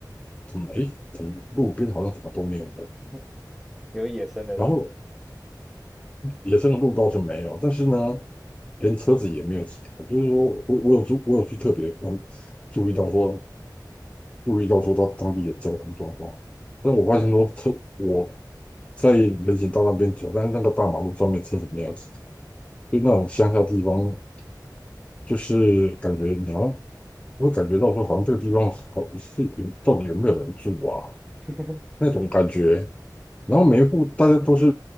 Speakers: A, on the left; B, in the centre.
A: 怎么诶，怎么路边好像怎么都没有人，
B: 哦 <laughs> 有野生的鹿，
A: 然后野生的鹿倒是没有，但是呢，连车子也没有其他。就是说我我有注我有去特别嗯注意到说注意到说到当地的交通状况，但我发现说车我在人行道那边走，但是那个大马路上面车子没有其他，就那种乡下地方，就是感觉你要我会感觉到说好像这个地方好是有到底有没有人住啊
B: <laughs>
A: 那种感觉。然后每一户大家都是
B: 很